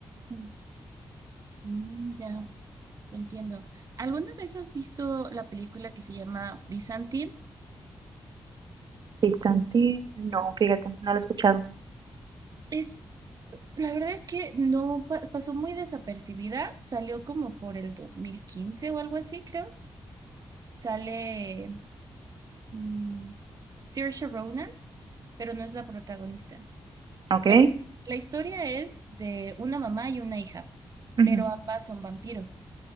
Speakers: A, on the right; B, on the right.
A: Mm, mm, ya, lo entiendo. ¿Alguna vez has visto la película que se llama Byzantine?
B: Pisanti,
A: Sí.
B: no, fíjate, no lo he escuchado.
A: Es, la verdad es que no pa- pasó muy desapercibida, salió como por el 2015 o algo así, creo. Sale mm, Saoirse Ronan, pero no es la protagonista.
B: ok
A: Pero bueno, la historia es de una mamá y una hija,
B: Ujú.
A: pero ambas son vampiros.